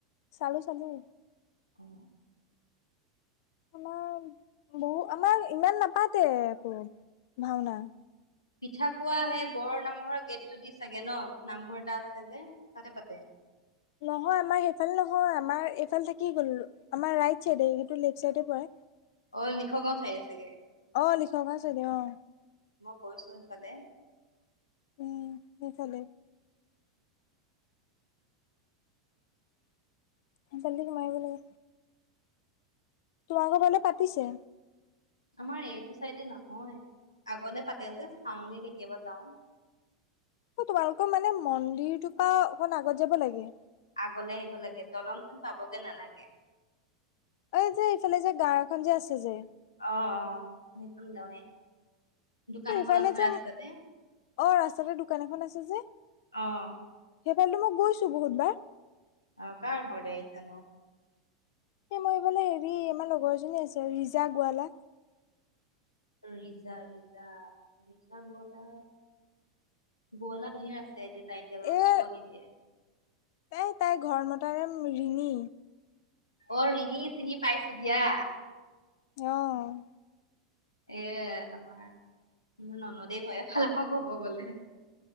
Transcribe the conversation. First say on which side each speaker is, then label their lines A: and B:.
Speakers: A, on the left; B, on the left.
A: চালোঁ, চালোঁ।
B: অ'
A: আমাৰ বহু আমাৰ ইমান নাপাতে আকৌ ভাওনা।
B: পিঠা খোৱা সেই বৰ নামঘৰৰ গেটটো দি চাগে ন নামঘৰ এটা আছে যে তাতে পাতে।
A: নহয় আমাৰ সেইফালে নহয়, আমাৰ এইফাল থাকি গ'ল, আমাৰ ৰাইট চাইডে সেইটো লেফট চাইডে পৰে।
B: অ' লিখকে চাই ন চাগে।
A: অ' লিখক আছে দে অ'।
B: কৈছো ইফালে।
A: উম্, সেইফাল। জলদি কমাৰিব লাগে। তোমাৰ কথা পাতিছে।
B: আমাৰ এইটো চাইডে নহয়, আগলে পাতে যে, চাওংগে কেতিয়াবা যাওঁ।
A: অ' তোমালোকৰ মানে মন্দিৰটোৰ পৰা অকণ আগত যাব লাগে।
B: আগলৈ আহিব লাগে, দলংখন পাবগে নালাগে।
A: এই যে, এইফালে যে গাওঁ এখন যে আছে যে।
B: অ' অ', সেইখন গাঁৱে। দোকান
A: সেইফালে
B: এখন আছে
A: যে,
B: ৰাস্তাতে।
A: অ' ৰাস্তাতে দোকান এখন আছে যে। সেইফালেদি
B: অ',
A: মই গৈছো বহুতবাৰ।
B: অ' কাৰ ঘৰলে আহিছানো?
A: এ তোমাৰ সেইফালে হেৰি, আমাৰ লগৰ এজনী আছে ৰিজা গোৱালা।
B: ৰিজা, ৰিজা, ৰিজা গোৱালা, গোৱালা ধেৰ আছে। একে টাইটেলৰ
A: এ
B: ছোৱালী নে।
A: তাই, তাইৰ ঘৰত মতা নাম ৰিণী।
B: অ' ৰিণী, চিনি পাইছো দিয়া।
A: অ'।
B: এ আমাৰ, মোৰ ননদে হয়, এফালপা ক'ব গ'লে।